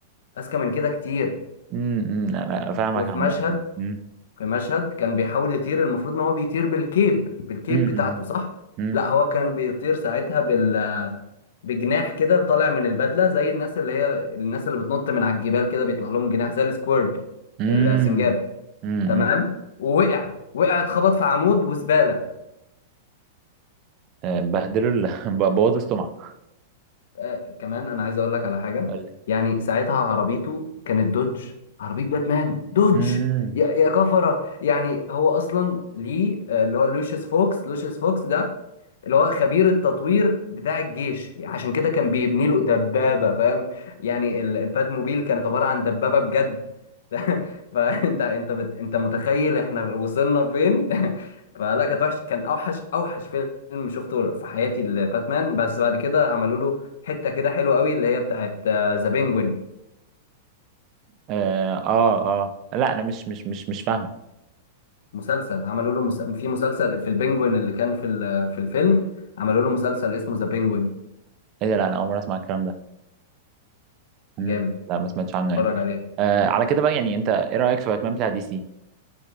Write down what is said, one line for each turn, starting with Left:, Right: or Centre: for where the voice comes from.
Left: اذكى من كده كتير
Right: امم أمم، انا فاهمك
Left: وفي
Right: عامه
Left: مشهد
Right: امم
Left: في مشهد كان بيحاول يطير المفروض ان هو بيطير بالكيب بالكيب
Right: امم
Left: بتاعته صح
Right: امم
Left: لا هو كان بيطير ساعتها بال بجناح كده طالع من البدله زي الناس اللي هي الناس اللي بتنط من على الجبال كده بيطلع لهم جناح زي السكويرد
Right: امم
Left: السنجاب
Right: امم
Left: تمام ووقع وقع اتخبط في عمود وزباله
Right: آه، بهدلوا ال- <laughs> بوظوا السمعه
Left: آه كمان انا عايز اقول لك على حاجه
Right: قال لي
Left: يعني ساعتها عربيته كانت دوج عربيه باتمان دوج
Right: امم
Left: يا يا كفره يعني هو اصلا ليه آه، اللي هو لوشيس فوكس لوشيس فوكس ده اللي هو خبير التطوير بتاع الجيش عشان كده كان بيبني له دبابة فاهم يعني ال- البات موبيل كانت عبارة عن دبابة بجد <laughs> فانت انت بت... انت متخيل احنا وصلنا فين <laughs> فلا كانت وحش كان اوحش اوحش فيلم شفته في حياتي الباتمان بس بعد كده عملوا له حتة كده حلوة قوي اللي هي بتاعت ذا بينجوين
Right: اه اه آه. لا انا مش مش مش مش فاهمه
Left: مسلسل عملوا له مس... في مسلسل في البينجوين اللي كان في ال... في الفيلم عملوا له مسلسل اسمه ذا بينجوين
Right: ايه ده لا انا اول مره اسمع الكلام ده مم.
Left: جامد
Right: لا ما سمعتش عنه
Left: اتفرج
Right: يعني
Left: عليه
Right: آه على كده بقى يعني انت ايه رايك في باتمان بتاع دي سي